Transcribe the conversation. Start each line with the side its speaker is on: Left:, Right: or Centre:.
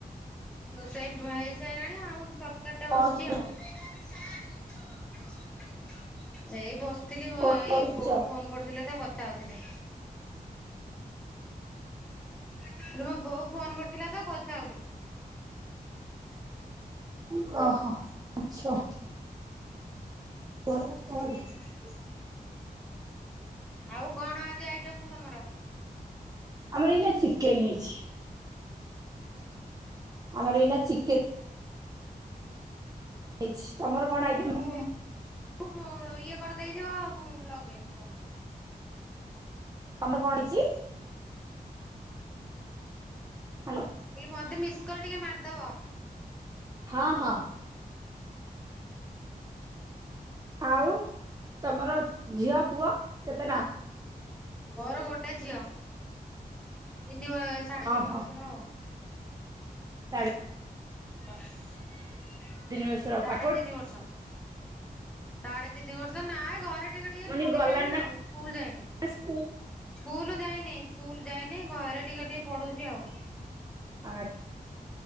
Centre: ରୋଷେଇ ହେଇସାରିଲାଣି ଆଉ ତରକାରୀ ଟା
Right: କଣ
Centre: ବସିଛି ଆଉ। <unintelligible> ଏଇ ବସିଥିଲି
Right: କଣ
Centre: ଏଇ
Right: କରୁଛ
Centre: ବୋଉ ଫୋନ କରୁଥିଲେ ତ କଥା ହଉଥିଲି। ହେଲେ ମୋ ବୋଉ ଫୋନ କରିଥିଲା ତ କଥା ହଉଥିଲି।
Right: ଓହୋ ଆଚ୍ଛା। <unintelligible>
Centre: ହୁଁ ଆଉ କଣ ଆଜି ଆଇଟମ କି ତମର?
Right: ଆମର ଏଇନା ଚିକେନ୍ ହେଇଛି। ଆମର ଏଇନା ଚିକେନ ହେଇଛି। ତମର କଣ ଆଇ
Centre: ହୋଉ ମୁଁ-ମୁଁ-ମୁଁ ଇଏ କରିଦେଇଥିବ ମୁଁ ଲଗେଇମ୍ ଫୋନ।
Right: ତମ କଣ ହେଇଚି? ହାଲୋ।
Centre: କହିଲି ମତେ ମିସକଲ୍ ଟିକେ ମାରିଦବ।
Right: ହଁ ହଁ।
Centre: ହୁଁ।
Right: ଆଉ ତମର ଝିଅ, ପୁଅ କେତେଟା?
Centre: ମୋର ଗୋଟେ ଝିଅ ତିନି ବ ସାଢେ
Right: ଓହୋ
Centre: ତିନି ବର୍ଷର ଆଉ।
Right: ସାଢେ-
Centre: ସା-ସାଢ଼େ
Right: ତିନି ବର୍ଷର ପାଠ ପଢୁ
Centre: ତିନି ବର୍ଷ। ସାଢ଼େ ତିନି ବର୍ଷ ନାଁ ଏ ଘରେ ଟିକେ ଟିକେ
Right: ମାନେ
Centre: ପଢ଼ିଲାଣି
Right: ଗଲାଣି ନା
Centre: ଆଉ ସ୍କୁଲ୍ ଯାଇନି
Right: ସ୍କୁଲ
Centre: ସ୍କୁଲୁ ଯାଇନି। ସ୍କୁଲ ଯାଇନି ଘରେ ଟିକେ ଟିକେ ପଢୁଚି ଆଉ।
Right: ଆ